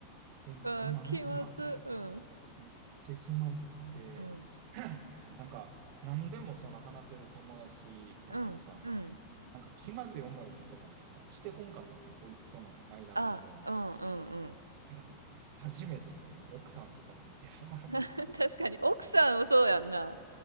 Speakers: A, on the right; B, on the right.
A: でも、
B: あー、
A: なんか、
B: 気まず。うん。
A: めっちゃ気まずくて、
B: うん。
A: <clears throat> なんか、何でもその話せる友達やからさ、
B: うん。うん。
A: なんか気まずい思いとかもさ、してこんかったわけ、そいつとの間柄では。
B: あー、うんうんうん。
A: あら、初めてその奥さんとかもいてさ、
B: <laughs> 確かに、奥さんもそうやんな。